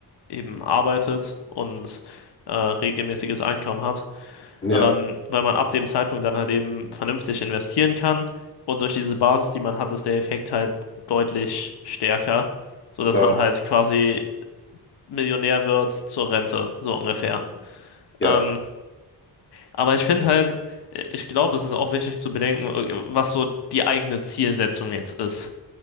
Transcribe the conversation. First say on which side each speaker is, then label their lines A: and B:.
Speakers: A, on the left; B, on the left.
A: eben arbeitet und äh, regelmäßiges Einkommen hat,
B: ja,
A: ähm, weil man ab dem Zeitpunkt dann halt eben vernünftig investieren kann und durch diese Basis, die man hat, ist der Effekt halt deutlich stärker, sodass
B: klar,
A: man halt quasi Millionär wird zur Rente, so ungefähr.
B: ja.
A: Ähm, aber ich finde halt, äh, ich glaube, es ist auch wichtig zu bedenken, äh, was so die eigene Zielsetzung jetzt ist.